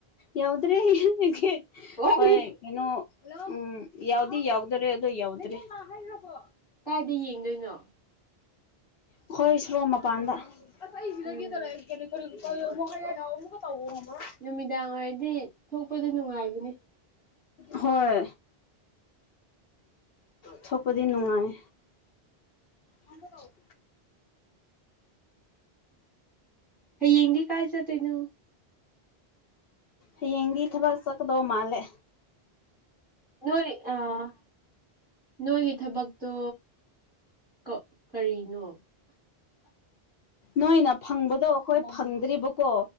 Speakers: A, on the left; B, in the centre.
A: ꯌꯧꯗ꯭ꯔꯤ <unintelligible>
B: ꯋꯥꯠꯂꯤ
A: ꯍꯣꯏ ꯀꯩꯅꯣ ꯎꯝ ꯌꯧꯗꯤ ꯌꯧꯗꯣꯔꯦ ꯑꯗꯣ ꯌꯧꯗ꯭ꯔꯤ ꯍꯥꯏꯒ꯭ꯔꯕꯣ
B: ꯀꯥꯏꯗ ꯌꯦꯡꯗꯣꯏꯅꯣ
A: ꯑꯈꯣꯏ ꯁꯣꯔꯣꯛ ꯃꯄꯥꯟꯗ <unintelligible>
B: ꯎꯝ
A: ꯇꯜꯂꯨꯅꯨ ꯍꯣꯔꯦꯟ ꯑꯃꯨꯛꯀ ꯇꯧꯋꯣ ꯉꯝꯃꯔꯣꯏ
B: ꯅꯨꯃꯤꯗꯥꯡ ꯑꯣꯏꯔꯗꯤ ꯊꯣꯛꯄꯗꯣ ꯅꯨꯡꯉꯥꯏꯕꯅꯦ
A: ꯍꯣꯏ ꯊꯣꯛꯄꯗꯤ ꯅꯨꯡꯉꯥꯏ ꯑꯃꯨꯛꯀ ꯇꯧ
B: ꯍꯌꯦꯡꯗꯤ ꯀꯥꯏ ꯆꯠꯇꯣꯏꯅꯣ
A: ꯍꯌꯦꯡꯗꯤ ꯊꯕꯛ ꯆꯠꯀꯗꯧꯕ ꯃꯥꯜꯂꯦ
B: ꯅꯣꯏ ꯑꯥ ꯅꯣꯏꯒꯤ ꯊꯕꯛꯇꯣ ꯀ ꯀꯔꯤꯅꯣ
A: ꯅꯣꯏꯅ ꯐꯪꯕꯗꯣ ꯑꯈꯣꯏ ꯐꯪꯗ꯭ꯔꯤꯕꯀꯣ